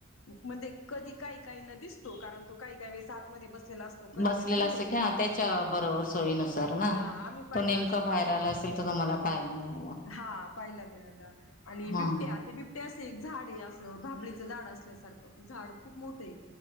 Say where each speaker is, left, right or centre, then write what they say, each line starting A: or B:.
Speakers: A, on the left; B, on the left.
A: म्हणजे कधी काही काही न दिसतो कारण तो काही काही सात म बस अस कधी
B: बसलेला
A: कधी बाहेर
B: असत
A: येतो
B: की हा त्याच्या बरोबर सोयीनुसार ना
A: हा आम्ही पाहिला
B: तो नेमका
A: असा पांढरा.
B: बाहेर आला असेल तर तुम्हाला पाहायला मिळाला
A: हा पाहिला मिळाला आणि
B: हा
A: बिबट्या ते बिबट्या अस एक झाडे आहे. भाबळीचं झाड असल्यासारखं झाड खूप मोठं आहे